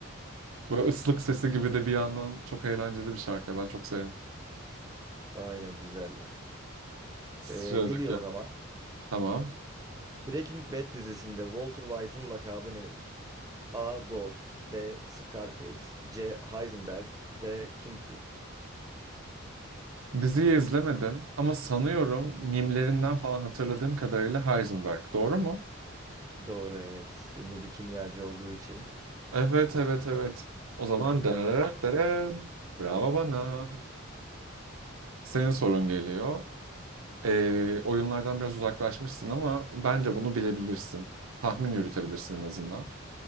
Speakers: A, on the right; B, on the right.
A: Böyle ıslık sesi gibi de bir yandan çok eğlenceli bir şarkı. Ben çok seviyorum.
B: Aynen güzeldi.
A: Sıradaki.
B: Ee, geliyor o zaman.
A: Tamam.
B: Breaking Bad dizisinde Walter White'ın lakabı nedir? A. Ghost B. Scarface C. Heisenberg D. Kingpin
A: Diziyi izlemedim ama sanıyorum mimlerinden falan hatırladığım kadarıyla Heisenberg. Doğru mu?
B: Doğru evet. Ünlü bir kimyacı olduğu için.
A: Evet, evet, evet. O zaman dararar dararım. Bravo bana. Senin sorun geliyor. Ee, oyunlardan biraz uzaklaşmışsın ama bence bunu bilebilirsin. Tahmin yürütebilirsin en azından.